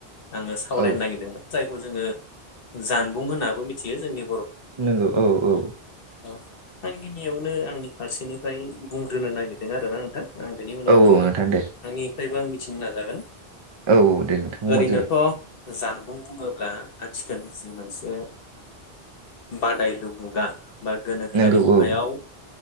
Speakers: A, on the left; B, on the right.
A: आङो सावरायनो
B: औ
A: नागिरदोंमोन जाय जोङो जानबुं होनाबो मिथियो जोंनि
B: नंगौ औ औ।
A: अ आं गिबियावनो आंनि फारसेनिफ्राय बुंग्रोनो नागिरदों आरोना नोंथां। आं बेनि उनावबो
B: औ औ
A: आंनिफ्रायबो
B: नोंथां दे
A: आं मिथिनो नाजागोन।
B: औ दे नोंथांबुंबानो
A: ओरैनोथ'
B: जाबाय।
A: जानबुं बुङोब्ला आथिखालनि जि मोनसे बादायलु मुगा। बा गोनोखोआरि
B: नंगौ
A: मुगायाव
B: औ